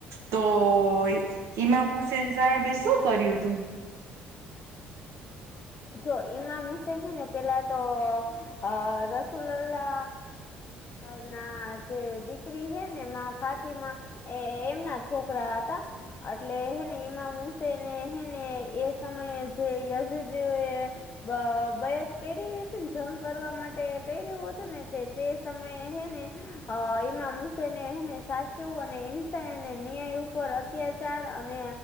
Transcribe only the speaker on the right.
તો ઈમામ હુસેન સાહેબે શું કર્યું હતું.